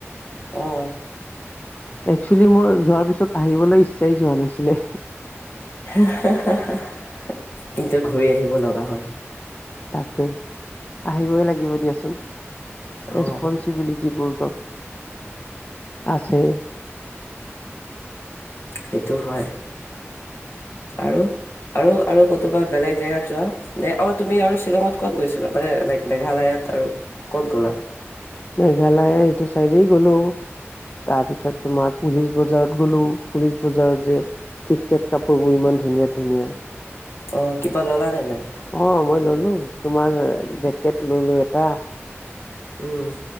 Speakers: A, on the left; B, on the left.
A: অ'।
B: একচুৱেলি মোৰ যোৱাৰ পিছত আহিবলৈ ইচ্ছাই যোৱা নাছিলে।
A: <unintelligible> কিন্তু ঘূৰি আহিব লগা হ'ল।
B: তাকে, আহিবই লাগিব দিয়াচোন।
A: অ',
B: ৰেচপনচিবিলিটিবোৰতো আছেই।
A: সেইটো হয়। আৰু আৰু আৰু কতোবা বেলেগ জেগাত যোৱা দে! অ', তুমি আৰু শ্বিলঙত ক'ত গৈছিলা? মানে লাইক মেঘালয়ত আৰু ক'ত গ'লা?
B: মেঘালয়ৰ ইটো চাইডেই গ'লো। তাৰপিছত তোমাৰ পুলিচ বজাৰত গ'লো। পুলিচ বজাৰত যে থিফটেড কাপোৰবোৰ ইমান ধুনীয়া-ধুনীয়া।
A: অ', কিবা ল'লা নে নাই?
B: অ', মই ল'লো। তোমাৰ জেকেট ল'লো এটা
A: উম।